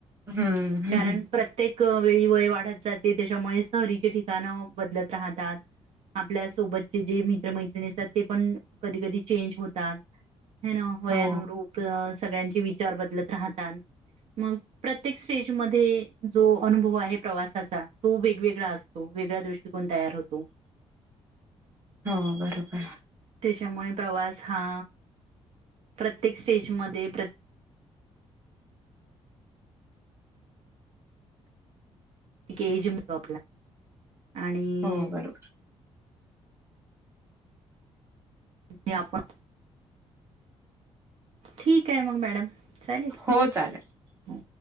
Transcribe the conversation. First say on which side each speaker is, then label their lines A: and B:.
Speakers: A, on the right (about 25°); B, on the right (about 65°).
A: हम्म
B: कारण प्रत्येक क वेळी वय वाढत जाते, त्याच्यामुळे सहलीचे ठिक कान बदलत राहतात, आपल्या सोबतचे जे मित्र मैत्रिणी असतात ते पण कधी कधी चेंज होतात, आहे ना वयानुरूप
A: हो
B: सगळ्यांचे वि चार बदलत राहतांन मग प्रत्येक स्टेजमध्ये जो अनुभव आहे प्रवासाचा तो वेगवेगळा असतो, वेगळा दृष्टिकोन तयार होतो.
A: हो बरोबर.
B: त्याच्यामुळे प्रवास हा प्रत्येक स्टेजमध्ये प्र एक एज म्हणू आपला. आणि
A: हो बरोबर.
B: ते आपण ठीक आहे मग मॅडम चालेल?
A: हो चालेल.
B: हो.